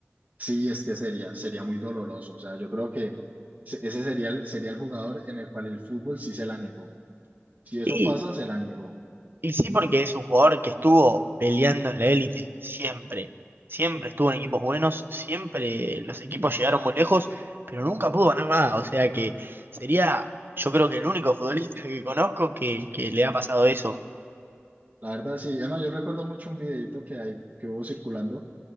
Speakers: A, on the right; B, on the right.
A: Sí, es que sería, sería muy doloroso. O sea, yo creo que se- ese sería el, sería el jugador en el cual el fútbol sí se la negó. Si eso
B: Y
A: pasa, se la negó.
B: Y sí, porque es un jugador que estuvo peleando en la élite siempre. Siempre estuvo en equipos buenos, siempre los equipos llegaron muy lejos, pero nunca pudo ganar nada. O sea que sería, yo creo que el único futbolista que conozco que, que le ha pasado eso.
A: La verdad, sí. Además, yo recuerdo mucho un videito que hay, que hubo circulando